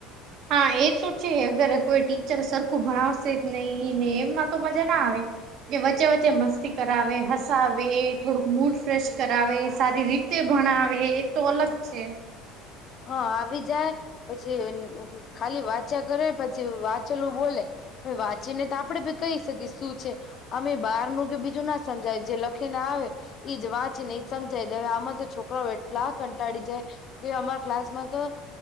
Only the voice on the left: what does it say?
હા આવી જાય પછી ખાલી વાંચા કરે પછી વાંચલું બોલે વાંચીને તો આપડે ભી કહી શકીએ શું છે અમે બાર નું કે બીજું ના સમજાય જે લખીને આવે એઈજ વાંચ નહી સમજાય દવે આમાં તો છોકરાઓ એટલા કંટાળ જાય કે અમા ક્લાસ માં તો